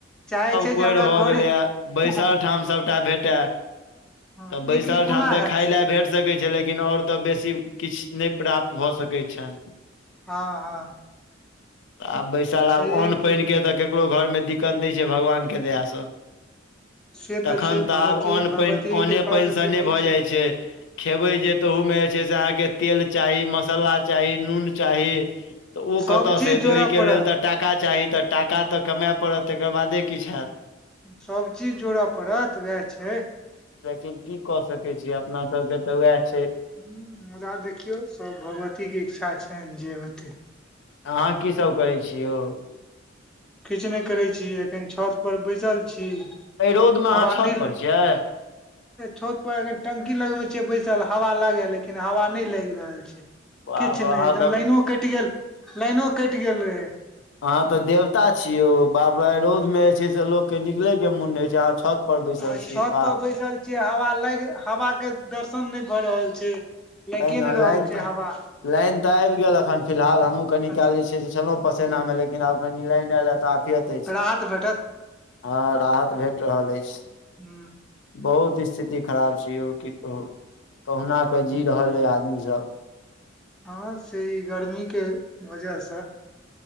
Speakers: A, in the centre; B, on the left.
A: चाहै छै
B: कोढ़
A: जे हमरा
B: भऽ
A: घरे
B: गेलै ये बैसल
A: हँ
B: ठाम सभटा भेटए
A: हँ,
B: तऽ बैसल
A: ई ई
B: ठाम
A: कोना
B: तऽ
A: हैत
B: खााय
A: से
B: ले भेट सकैत छै लेकिन ओर तऽ बेसी किछ नय प्राप्त भऽ सकैत छन
A: हँ हँ
B: आब बैसल आब
A: छैहे
B: अन्न पाइन
A: की
B: के तऽ ककरो घर मे दिक्कत नय छै भगवान के दया सॅं
A: से
B: तखन
A: छै
B: तऽ
A: भगवती
B: आब अने
A: भगवती
B: पाइन अन्ने
A: कृपा
B: पानिसँ
A: से से
B: नय
A: नहि
B: भऽ जाइ छै खेबै जे तहूमे जे छै से अहाँके तेल चाही मसाला चाही नून चाही तऽ ओ
A: सब
B: कतयसँ
A: चीज
B: एतै
A: जोड़ऽ
B: ओहिके
A: पड़त
B: लेल तऽ टाका चाही तऽ टाका तऽ कमाए पड़त तकर बादे किछ होयत
A: सभ चीज जोड़य पड़त उएह छै
B: लेकिन की कऽ सकै छी अपना सबके तऽ उएह छै
A: ह मुदा देखियौ सब भगवती के इच्छा छैन जे हेतै
B: अहाँ की सब करै छी यौ?
A: किछु नय करै छी एखन छत पर बैसल छी
B: ए रौद मे
A: हवा
B: अहाँ छत
A: नहि
B: पर छियै
A: छत पर एखन टंकी लगमे छियै बैसल हवा लागे लेकिन हवा नय लागि रहल छै किछ
B: आब
A: नय
B: अहाँ
A: एकदम
B: तऽ
A: लाइनो कटि गेल लाइनो कटि गेल रहै
B: अहाँ तऽ देवता छी यौ बाप रे ऐ रौद में जे छै से लोक के निकलै के मुन नै होइ छै अहाँ छत पर बैसल
A: आ छत
B: छी बाह
A: पर बैसल हवा लाग हवा के दर्शन नय भऽ रहल छै लागिए
B: त ने
A: नहि रहल
B: लाइन
A: छै
B: तऽ
A: हवा
B: लाइन तऽ आबि गेल एखन फिलहाल हमहूँ कनि
A: अच्छा
B: काल जे छै से छलहुँ पसेना मे लेकिन आब कनि लाइन आयल या त कनि
A: राहत भेटत
B: हँ राहत भेट रहल अछ
A: हू
B: बहुत स्थिति खराब छै यौ की कहुना के जी रहल ऐ आदमी सब
A: हँ से ई गर्मी के वजह सँ